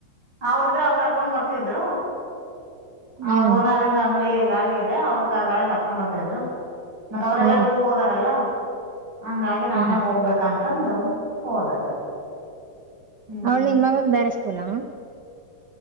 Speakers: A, on the right; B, on the right.
A: ಅವರಿದ್ರ ಅವ್ರ್ ಕರ್ಕೊಂಡ್ ಬರ್ತಿದ್ರು ಅವ್ರ
B: ಹ್ಮ್
A: ಓನರಿಂದ ಅಂಗಡಿ ಗಾಡಿ ಅವ್ರ ಕಾರ ಗಾಡ್ಯಗ ಹಾಕೋಂಡ ಬರ್ತಿದ್ರು ಮತ್ತ ಅವರೆಲ್ಲಾರು
B: ಹ್ಮ್
A: ಊರ್ಗ್ ಹೋಗರಲ್ಲ. ಹಂಗಾಗಿ ನಾನೇ
B: ಹೌದು
A: ಹೋಗ್ಬೇಕಂತಂದ ಹೋದಂಗ. ಹ್ಮ್
B: ಅವ್ಳ ನಿನ್ ಮಗ್ಳದ ಬೇರೆ ಸ್ಕೂಲಾ?